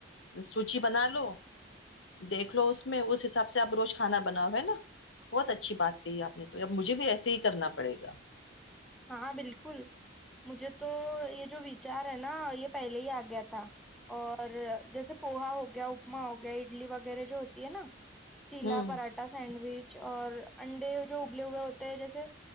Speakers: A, on the left; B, in the centre.
A: سوچی بنا لو دیکھ لو اس میں اس حساب سے آپ روز کھانا بناؤ ہے نا بہت اچھی بات کہی آپ نے تو اب مجھے بھی ایسے ہی کرنا پڑے گا
B: ہاں بالکل مجھے تو یہ جو وچار ہے نا یہ پہلے ہی آ گیا تھا اور جیسے پوہا ہو گیا اپما ہو گیا اڈلی وغیرہ جو ہوتی ہے نا چیلا
A: ہوں
B: پراٹھا سینڈوچ اور انڈے جو ابلے ہوئے ہوتے ہیں جیسے